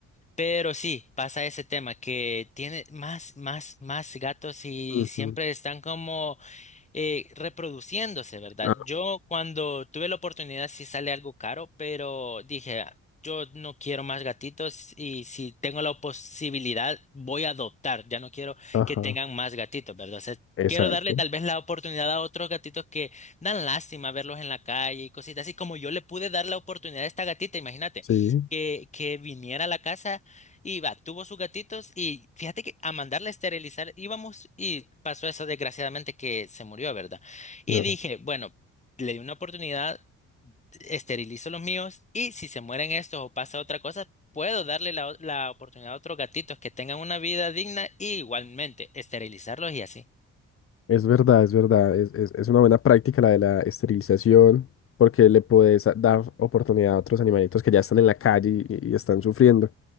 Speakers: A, on the left (about 25°); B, on the left (about 45°).
A: Pero sí, pasa ese tema que tiene más, más, más gatos y
B: Ujú.
A: siempre están como eh, reproduciéndose, ¿verdad?
B: Ajá.
A: Yo cuando tuve la oportunidad sí sale algo caro, pero dije, "Ah, yo no quiero más gatitos y si tengo la posibilidad voy a adoptar, ya no quiero
B: Ajá,
A: que tengan más gatitos, ¿verdad? O sea,
B: exacto.
A: quiero darle tal vez la oportunidad a otros gatitos que dan lástima verlos en la calle y cositas así como yo le pude dar la oportunidad a esta gatita, imagínate,
B: Sí,
A: que, que viniera a la casa. Y va, tuvo sus gatitos y fíjate que a mandarla a esterilizar íbamos y pasó eso desgraciadamente que se murió, ¿verdad? Y
B: claro.
A: dije, bueno, le di una oportunidad, esterilizo los míos y si se mueren estos o pasa otra cosa, puedo darle la, o- la oportunidad a otros gatitos que tengan una vida digna y igualmente esterilizarlos y así.
B: Es verdad, es verdad. Es, es, es una buena práctica la de la esterilización, porque le puedes a- dar oportunidad a otros animalitos que ya están en la calle y, y están sufriendo.